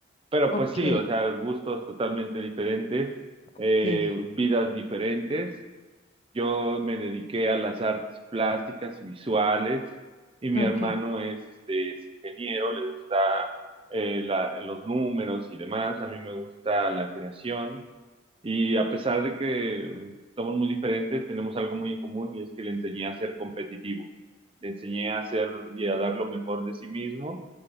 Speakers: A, on the right; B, on the left.
A: Pero
B: Ok,
A: pues sí, o sea, gustos totalmente diferentes,
B: ok,
A: eh, vidas diferentes. Yo me dediqué a las artes plásticas y visuales y mi
B: ok,
A: hermano es, este, es ingeniero, le gusta eh, la- los números y demás. A mí me gusta la creación y a pesar de que somos muy diferentes, tenemos algo muy en común y es que le enseñé a ser competitivo. Le enseñé a ser y a dar lo mejor de sí mismo